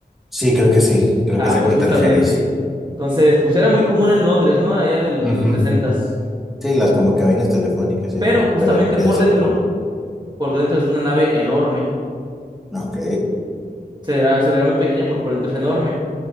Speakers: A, in the centre; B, on the right.
A: Sí, creo que sí, creo
B: Ah,
A: que sé a
B: pues
A: cuál
B: justamente.
A: te refieres.
B: Entonces, pues era muy común en Londres, ¿no? Allá de los
A: Ujú.
B: sesentas
A: Sí, las como cabinas telefónicas y
B: Pero
A: eso,
B: justamente
A: pero de
B: por
A: ese
B: dentro,
A: color.
B: por dentro es una nave enorme
A: Ok,
B: se verá, se verá muy pequeña, pero por dentro es enorme.